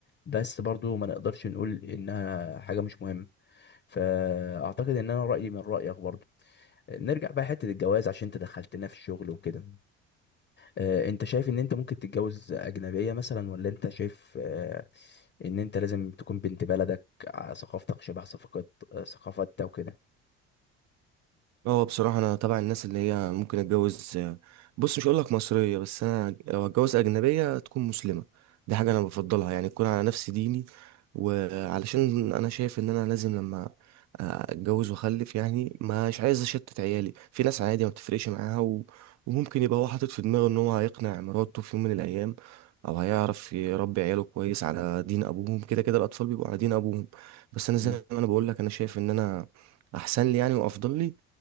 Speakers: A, on the left; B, on the right.
A: بس برضو ما نقدرش نقول انها حاجة مش مهمة فاعتقد ان انا رأيي من رأيك برضو نرجع بقى حتة الجواز عشان انت دخلتنا في الشغل وكده آه، انت شايف ان انت ممكن تتجوز اجنبية مثلا ولا انت شايف آه، ان انت لازم تكون بنت بلدك آه، ثقافتك شبه ثقافة آه، ثقافتها وكده
B: هو بصراحة أنا تبع الناس اللي هي ممكن أتجوز بص مش هقولك مصرية بس أنا لو أتجوز أجنبية تكون مسلمة دي حاجة أنا بفضلها يعني تكون على نفس ديني وعلشان أنا شايف إن أنا لازم لما آه، أتجوز وأخلف يعني مش عايز أشتت عيالي في ناس عادي ما بتفرقش معاها و... وممكن يبقى هو حاطط في دماغه إن هو هيقنع مراته في يوم من الأيام أو هيعرف يربي عياله كويس على دين أبوهم كده كده الأطفال بيبقوا على دين أبوهم بس أنا زي
A: مم.
B: ما أنا بقولك أنا شايف إن أنا أحسن لي يعني وأفضل لي